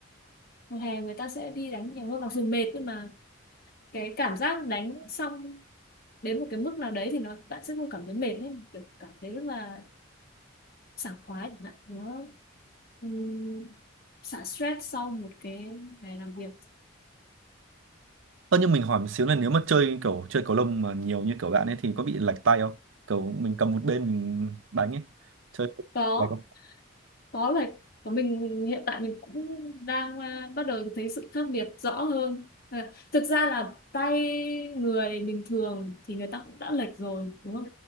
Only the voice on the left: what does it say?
mùa hè người ta sẽ đi đánh nhiều hơn mặc dù mệt nhưng mà cái cảm giác đánh xong đến một cái mức nào đấy thì nó bạn sẽ không cảm thấy mệt ấy kiểu cảm thấy rất là sảng khoái chẳng hạn nó ừm, xả stress sau một cái ngày làm việc
có
có là của mình hiện tại mình cũng đang à, bắt đầu thấy sự khác biệt rõ hơn à, thực ra là tay người bình thường thì người ta cũng đã lệch rồi đúng không